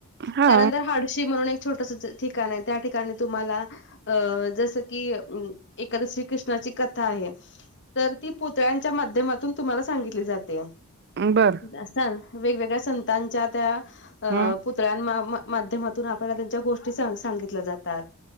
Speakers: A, on the right (about 50°); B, on the left (about 55°).
A: हा
B: त्यानंतर हाडशी म्हणून एक छोटसाच ठिकाण आहे त्या ठिकाणी तुम्हाला अ जसं की अम एकादशी श्रीकृष्णाची कथा आहे तर ती पुतळ्यांच्या माध्यमातून तुम्हाला सांगितली जाते.
A: बरं.
B: असतानं वेगवेगळ्या संतांन च्या त्या अ
A: हं
B: पुत त्र्यानं मा माध्यमातून आपल्याला त्यांच्या गोष्टी सांगितल्या जातात.